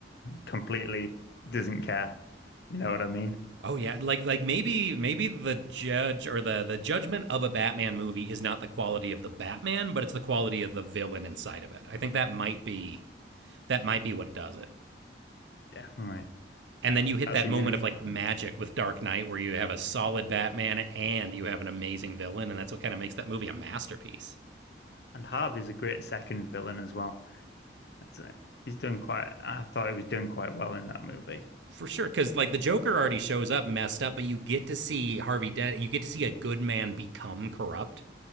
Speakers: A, on the left (about 65°); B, on the right (about 85°).
A: completely doesn't care. You know what I mean?
B: Oh yeah, like like maybe maybe the judge or the the judgment of a Batman movie is not the quality of the Batman, but it's the quality of the villain inside of it. I think that might be that might be what does it.
A: Definitely.
B: And
A: Uh,
B: then you hit
A: that's
B: that
A: a
B: moment
A: huge.
B: of like
A: part.
B: magic with Dark Knight where you have a solid Batman and you have an amazing villain and that's what kind of makes that movie a masterpiece.
A: And Harvey's a great second villain as well. That's it. He's done quite. I thought he was doing quite well in that movie.
B: For sure cuz like the Joker already shows up messed up, but you get to see Harvey Dent, you get to see a good man become corrupt